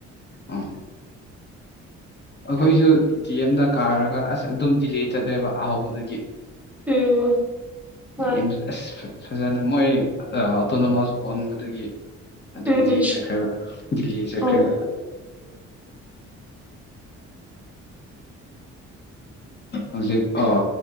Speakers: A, on the left; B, in the centre.
A: ꯎꯝ ꯑꯩꯈꯣꯏꯁꯨ ꯗꯤ ꯑꯦꯝꯗ ꯀꯥꯔꯒ ꯑꯁ ꯑꯗꯨꯝ ꯗꯤꯂꯦ ꯆꯠꯂꯦꯕ ꯑꯍꯥꯎꯕꯗꯒꯤ
B: ꯎꯝ ꯍꯣꯏ
A: ꯦꯝ ꯑꯁ ꯐꯖꯅ ꯃꯣꯏ ꯑꯣꯇꯣꯅꯣꯃꯣꯁ ꯑꯣꯟꯕꯗꯒꯤ ꯑꯗꯨꯝ
B: ꯎꯝ
A: ꯖꯤꯌꯦ
B: ꯎꯝ
A: ꯆꯠꯈ꯭ꯔꯦꯕ ꯗꯤꯜꯂꯤ ꯆꯠꯈ꯭ꯔꯦꯕ
B: ꯑꯣ <inaudible>
A: ꯍꯧꯖꯤꯛ ꯑꯣ